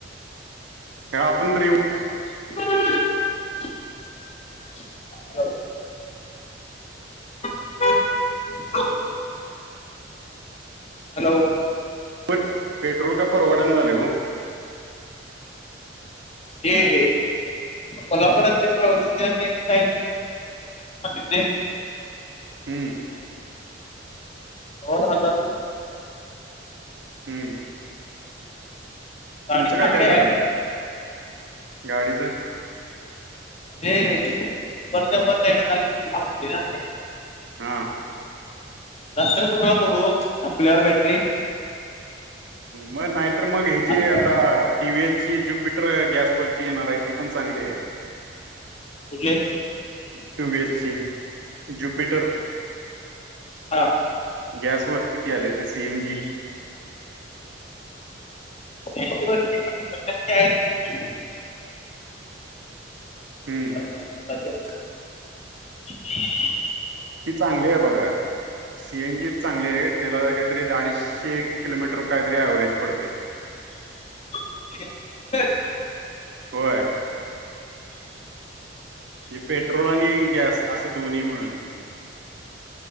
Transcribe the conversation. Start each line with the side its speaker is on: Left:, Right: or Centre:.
Right: का आपण तरी
Left: <inaudible> होय, होय. <inaudible> हॅलो.
Right: प पेट्रोल काय परवडना झाले ओ.
Left: ते हे. कोल्हापुरात ते प्रोजेक्ट केल्यात ते <unintelligible> ते.
Right: हम्म.
Left: होन आता <inaudible>
Right: हम्म. <inaudible>
Left: गाडी
Right: तुमचं
Left: चांगली
Right: काय काय झालं
Left: आहे
Right: <inaudible> गाडीचं
Left: ए पण जमत नाही ना खाली थांब तेला दे.
Right: हा.
Left: रस्तावर कुणाला बोलवु संपल्यावर बॅटरी
Right: मग नाहीतर मग
Left: असं
Right: हे जी आता
Left: आहे
Right: टीव्हीएसची ज्युपिटर गॅसवरची येणार आहे ती पण चांगली आहे.
Left: कुठली?
Right: टि व्ही एस ची जुपिटर
Left: हा
Right: <inaudible> गॅसवर ची ती आल्या ती सी एन जी
Left: ऐंशी वर्षांची <unintelligible> <unintelligible>
Right: हम्म ती चांगली आहे बघा सी एन जीत चांगली आहे तिला काहीतरी अडीचशे किलोमीटर काहीतरी अव्हरेज पडते. <inaudible>
Left: <unintelligible>
Right: होय. हे पेट्रोल आणि गॅस असं दोन्ही मिळून. <inaudible>